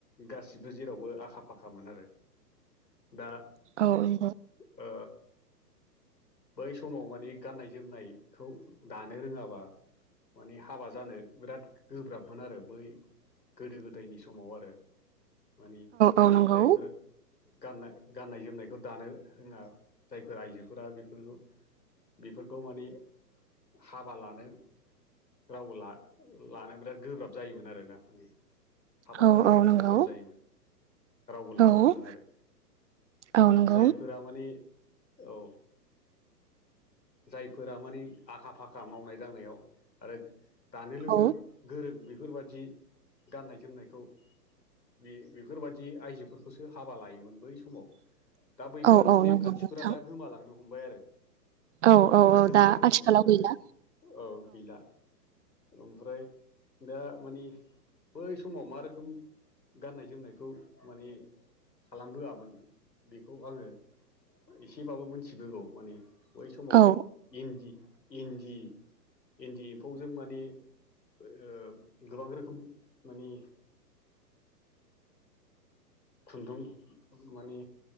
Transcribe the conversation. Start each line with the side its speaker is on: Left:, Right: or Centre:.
Left: गासिबो जेरावबो आखा फाखामोन आरो दा
Right: औ औ
Left: ओ बै समाव माने गाननाय जोमनायखौ दानो रोङाबा मानिे हाबा जानो बिराद गोब्राबमोन आरो बै गोदो गोदायनि समाव आरो मानिे
Right: औ नंगौ
Left: जायफोरा गाननाय गाननाय जोमनायखौ दानो रोङा जायफोर आइजोफोरा बेफोरखौ बेफोरखौ माने हाबा लानो रावबो लानो बिराद गोब्राब जायोमोन आरोना माने हाबा
Right: औ
Left: जानो
Right: औ
Left: बिराद
Right: नंगौ
Left: गोब्राब जायोमोन रावबो लाङामोन
Right: औ
Left: आरो
Right: औ नंगौ
Left: जायफोरा माने औ जायफोरा माने आखा फाखा मावनाय दांनायाव आरो दानो लुनो
Right: औ
Left: गोरों बेफोरबायाददि गाननाय जोमनायखौ बे बेफोरबायदि आइजोफोरखौसो हाबा लायोमोन बै समाव दा बैफोर
Right: औ औ
Left: नेमखान्थिफोरा
Right: नंगौ नोंथां
Left: दा गोमालांनो हमबाय आरो
Right: औ औ
Left: दा
Right: औ
Left: गोमालांनो
Right: आथिखालाव
Left: हबाय
Right: गैला
Left: आरो औ गैला ओमफ्राय दा मानिे बै समाव मा रोखोम गाननाय जोमनायखौ माने खालामबोआमोन बेखौ आङो एसेबाबो मोनथिबोगौ माने बै समाव
Right: औ
Left: इन्दि इन्दि इन्दि एम्फौजों माने गोबां रोखोम माने खुन्दुं माने